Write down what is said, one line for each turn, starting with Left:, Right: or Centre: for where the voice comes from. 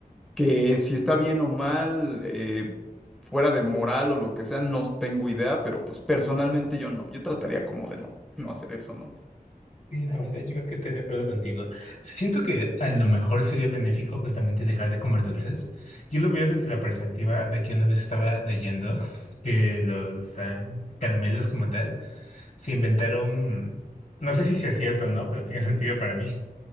Centre: que si está bien o mal, eh, fuera de moral o lo que sea, no tengo idea, pero pues personalmente yo no, yo trataría como de no, no hacer eso, ¿no?
Left: Sí, la verdad, yo creo que estoy de acuerdo contigo. Siento que a lo mejor sería benéfico justamente dejar de comer dulces. Yo lo veo desde la perspectiva de que una vez estaba leyendo que los ah, caramelos como tal se inventaron, no sé si sea cierto o no, pero tiene sentido para mí,